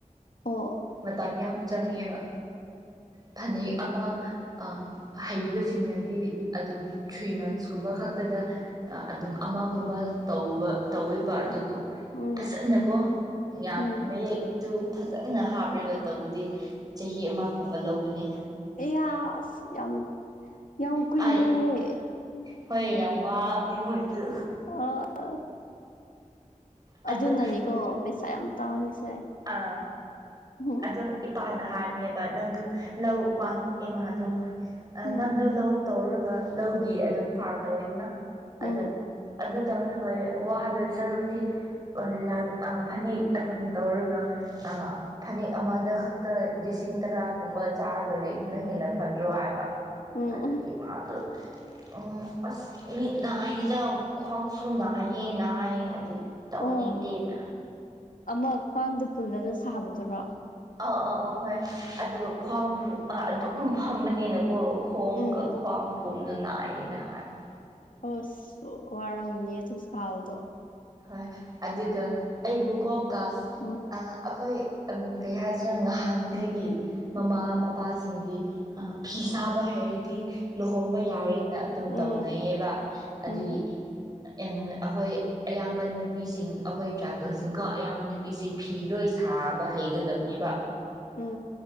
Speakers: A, on the left; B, on the right.
A: ꯑꯣ
B: ꯃꯇꯝ ꯌꯥꯝ ꯆꯪꯉꯦꯕ ꯐꯅꯦꯛ ꯑꯃ ꯑꯝ ꯍꯩꯕꯁꯤꯡꯅꯗꯤ ꯑꯗꯨꯝ ꯊ꯭ꯔꯤ ꯃꯟꯁꯀꯨꯝꯕ ꯈꯛꯇꯗ ꯑꯗꯨꯝ ꯑꯃꯒꯨꯝꯕ ꯇꯧꯕ ꯇꯧꯋꯦꯕ ꯑꯗꯨꯕꯨ
A: ꯎꯝ
B: ꯐꯖꯅꯀꯣ ꯌꯥꯝ
A: ꯎꯝ
B: ꯃꯌꯦꯛꯇꯨ ꯐꯖꯅ ꯍꯥꯞ ꯔꯒ ꯇꯧꯕꯗꯤ ꯆꯍꯤ ꯑꯃꯒꯨꯝꯕ ꯂꯧꯕꯅꯤ
A: ꯑꯌꯥ ꯑꯁ ꯌꯥꯝ ꯌꯥꯝ ꯀꯨꯏꯃꯜꯂꯦ
B: ꯑꯩ ꯍꯣꯏ ꯌꯥꯝ ꯋꯥꯕꯅꯦ ꯃꯣꯏꯗꯨ
A: ꯑ <unintelligible>
B: ꯑꯗꯨ
A: ꯑꯗꯨꯅꯅꯤꯀꯣ ꯄꯩꯁꯥ ꯌꯥꯝ ꯇꯥꯡꯉꯤꯁꯦ
B: ꯑ
A: ꯎꯝ
B: ꯑꯗꯨ ꯏꯄꯥꯅ ꯍꯥꯏꯕꯅꯦꯕ ꯅꯪꯗꯨ ꯂꯧ <unintelligible>
A: ꯎꯝ
B: ꯅꯪꯗꯨ ꯂꯧ ꯇꯧꯔꯒ ꯂꯧꯒꯤ ꯑꯗꯨꯝ ꯐꯥꯔꯝ ꯇꯧꯋꯤꯗꯅ
A: ꯎꯝ
B: ꯑꯗꯨ ꯑꯗꯨ ꯇꯧꯔꯒ ꯑꯣꯏꯅ ꯋꯥꯗꯣꯏ ꯁꯔꯨꯛꯇꯤ ꯂꯪ ꯑ ꯐꯅꯦꯛ ꯑꯗꯨꯝ ꯇꯧꯔꯒ ꯑ ꯐꯅꯦꯛ ꯑꯃꯗ ꯈꯛꯇ ꯂꯤꯁꯤꯡ ꯇꯔꯥꯒꯨꯝꯕ ꯆꯥꯔꯒ ꯂꯩꯕꯅ ꯍꯦꯟꯅ ꯐꯗ꯭ꯔꯣ ꯍꯥꯏꯕ
A: ꯎꯝ
B: ꯑꯗꯨ
A: ꯎꯝ
B: ꯏꯃꯥꯗꯨ ꯎꯝ ꯑꯁ ꯃꯤꯠ ꯅꯥꯏꯗ ꯈ꯭ꯋꯥꯡꯁꯨ ꯅꯥꯏꯌꯦ ꯅꯥꯏ ꯑꯗꯨ ꯇꯧꯅꯤꯡꯗꯦꯅꯥ
A: ꯑꯣ ꯑꯃ ꯈ꯭ꯋꯥꯡꯗ ꯄꯨꯜꯂꯒ ꯁꯥꯕꯗꯨꯔꯣ
B: ꯑꯥ ꯑꯥ ꯑꯧ ꯍꯣꯏ ꯑꯗꯨꯒ ꯈ꯭ꯋꯥꯡꯗꯨ ꯑꯗꯨꯝ ꯐꯝꯕꯅꯤꯅꯀꯣ ꯈꯣꯡꯒ
A: ꯎꯝ
B: ꯈ꯭ꯋꯥꯡ ꯄꯨꯝꯗꯨ ꯅꯥꯏꯌꯦꯅ ꯍꯥꯏꯕ
A: ꯑꯁ ꯋꯥꯔꯝꯅꯤꯌꯦ ꯑꯗꯨ ꯁꯥꯥꯕꯗꯣ
B: ꯍꯣꯏ ꯑꯗꯨꯒ ꯑꯩꯕꯨꯀꯣ ꯀꯥꯁ
A: ꯎꯝ
B: ꯑ ꯑꯩꯈꯣꯏ ꯑꯪ ꯀꯩꯍꯥꯏꯁꯤꯔ ꯅꯍꯥꯟꯈꯩꯒꯤ ꯃꯃꯥ ꯃꯄꯥꯁꯤꯡꯗꯤ ꯐꯤ ꯁꯥꯕ ꯍꯩꯔꯗꯤ ꯂꯨꯍꯣꯡꯕ ꯌꯥꯔꯦ ꯅ ꯑꯗꯨꯝ
A: ꯎꯝ
B: ꯇꯧꯅꯩꯌꯦꯕ ꯑꯗꯨꯒꯤ
A: ꯎꯝ
B: ꯑꯩꯈꯣꯏ ꯑꯌꯥꯝꯕ ꯅꯨꯄꯤꯁꯤꯡ ꯑꯩꯈꯣꯏ ꯇ꯭ꯔꯥꯏꯕꯦꯜꯁꯤꯡꯀꯣ ꯑꯌꯥꯝꯕ ꯅꯨꯄꯤꯁꯤꯡ ꯐꯤ ꯂꯣꯏ ꯁꯥꯕ ꯍꯩꯒꯗꯕꯅꯦꯕ
A: <inaudible>